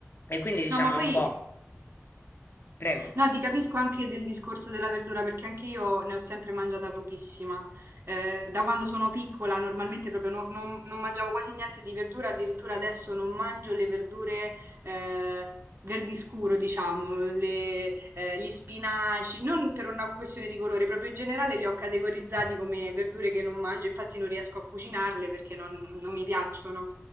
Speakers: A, on the left; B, on the right.
A: e quindi diciamo
B: No, ma poi
A: un po', prego,
B: No, ti capisco anche del discorso della verdura perché anche io ne ho sempre mangiata pochissima. Eh, da quando sono piccola normalmente proprio non, non- non mangiavo quasi niente di verdura, addirittura adesso non mangio le verdure eh, verdi scuro, diciamo, le- eh, gli spinaci, non per una questione di colore, proprio in generale li ho categorizzati come verdure che non mangio, infatti non riesco a cucinarle perché non non mi piacciono.